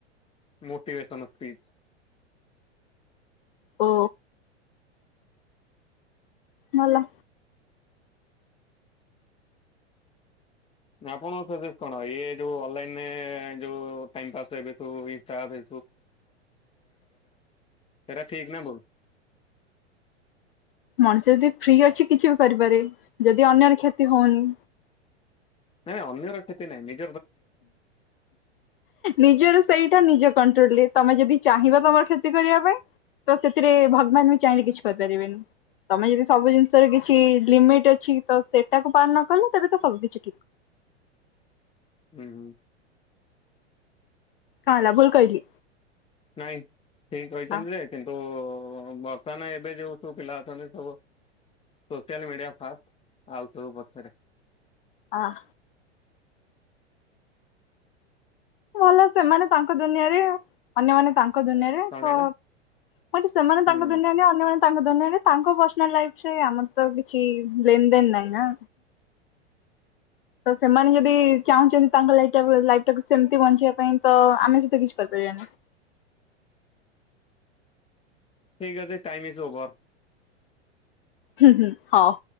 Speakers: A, on the left (about 15°); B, on the left (about 50°).
A: Motivation please.
B: ଓ। ଭଲ।
A: ନା ଆପଣଙ୍କ ସେ କଣ ଇଏ ଯୋଉଁ ଅନଲାଇନ ଯୋଉଁ ଟାଇମ ପାସ୍ ଏବେ ସୁ ଇନଷ୍ଟାଗ ହେ <unintelligible> ଠିକ ନା ଭୁଲ।
B: ମଣିଷ ଯଦି ଫ୍ରି ଅଛି। କିଛି ବି କରିପାରେ ଯଦି ଅନ୍ୟର କ୍ଷତି ହଉନି।
A: ନାଇଁ ଅନ୍ୟର କ୍ଷତି ନାଇଁ ନିଜ
B: ନିଜର ସେଇଟା ନିଜ କଣ୍ଟ୍ରୋଲରେ ତମେ ଯଦି ଚାହିଁବ ତମର କ୍ଷତି କରିବା ପାଇଁ ତ ସେଥିରେ ଭଗବାନ ବି ଚାହିଁଲେ କିଛି କରିପାରିବେନି। ତମେ ଯଦି ସବୁ ଜିନିଷର କିଛି ଲିମିଟ ଅଛି ତ ସେଟାକୁ ପାର ନ କଲ ତେବେ ତ ସବୁ କିଛି ଠିକ୍।
A: ହୁଁ ହୁଁ।
B: କଣ ହେଲା ଭୁଲ କହିଲି।
A: ନାଇଁ ଠିକ କହିଛନ୍ତି
B: ଆ
A: ଯେ କିନ୍ତୁ ହଁ ବର୍ତ୍ତମାନ ଏବେ ଯେଉଁ ସବୁ ପିଲା ଅଛନ୍ତି ସବୁ ସୋସିଆଲ ମିଡିଆ ଫାଷ୍ଟ ଆଉ ସବୁ ପଛରେ।
B: ଆଁ। ଭଲ ସେମାନେ ତାଙ୍କ ଦୁନିଆରେ ଅନ୍ୟମାନେ ତାଙ୍କ ତା ଦୁନିଆରେ
A: କଣ କହିଲେ
B: ତ ସେମାନେ ତାଙ୍କ
A: ହୁଁ
B: ଦୁନିଆରେ ଅନ୍ୟମାନେ ତା ଦୁନିଆଁ ତାଙ୍କ ପର୍ସନାଲ ଲାଇଫ ସହ ଆମର ତ କିଛି ଲେନଦେନ ନାହିଁନା। ତ ସେମାନେ ଯଦି ଚାହୁଁଛନ୍ତି ତାଙ୍କ ଲାଇ ଲାଇଫ ଟାକୁ ସେମିତି ବଞ୍ଚିବା ପାଇଁ ତ ଆମେ ସେତିରେ କିଛି କରିପାରିବାନି। <unintelligible>
A: ଠିକ୍ ଅଛି ଟାଇମ ସ୍ ଓଭର।
B: ହୁଁ ହୁଁ ହଁ।